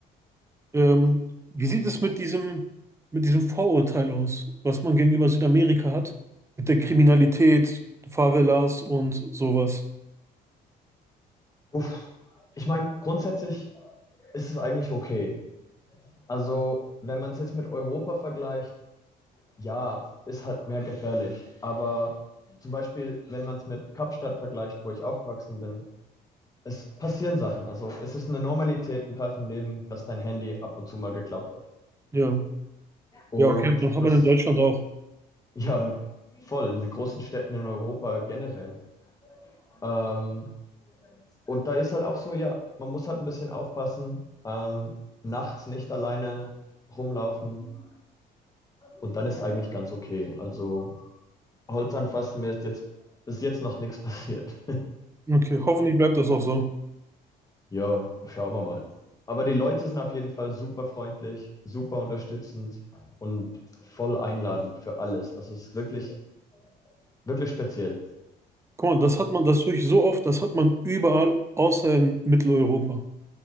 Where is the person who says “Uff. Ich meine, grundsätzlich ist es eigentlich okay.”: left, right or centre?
Left